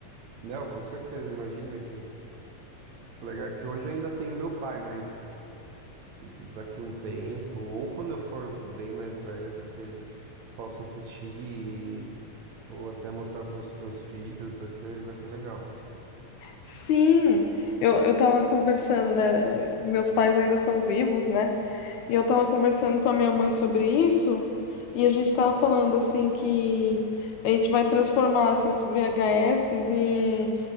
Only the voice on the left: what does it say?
Sim, eu, eu tava conversando, né? eh, Meus pais ainda são vivos, né? E eu tava conversando com a minha mãe sobre isso, e a gente tava falando assim que a gente vai transformar essas VHS